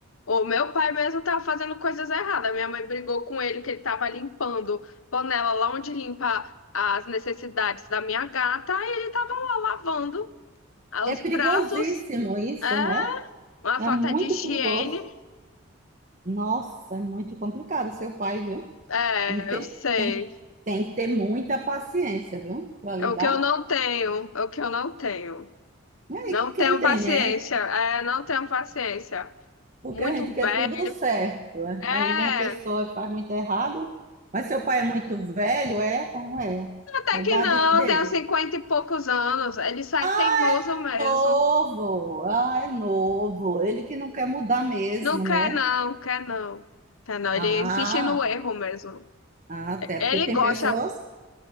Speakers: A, on the left; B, on the right.
A: O meu pai mesmo tava fazendo coisas erradas. Minha mãe brigou com ele que ele tava limpando panela lá onde limpa as necessidades da minha gata. E ele tava lá lavando ah,
B: É
A: os
B: perigosíssimo
A: pratos.
B: isso,
A: É.
B: né?
A: Uma
B: É
A: falta
B: muito
A: de higiene.
B: perigoso. Nossa, é muito complicado seu pai, viu?
A: É,
B: Tem que ter,
A: eu sei.
B: tem, tem que ter muita paciência, viu? Para
A: É
B: lidar.
A: o que eu não tenho. É o que eu não tenho.
B: E aí,
A: Não
B: quem
A: tenho
B: tem,
A: paciência.
B: né?
A: É, não tenho paciência.
B: Porque
A: Muito
B: a gente
A: bem.
B: quer tudo certo. né?
A: É.
B: Aí vem a pessoa e faz muito errado. Mas seu pai é muito velho, é? Como é?
A: Até
B: A
A: que
B: idade
A: não,
B: dele.
A: tenho cinquenta e poucos anos. Ele sai
B: Ah,
A: teimoso mesmo.
B: é novo! Ah, é novo. Ele que não quer mudar mesmo,
A: Não quer
B: né?
A: não, quer não. Quer não. Ele
B: Ah,
A: insiste no erro mesmo.
B: ah, até
A: Ele
B: porque tem
A: gosta,
B: pessoas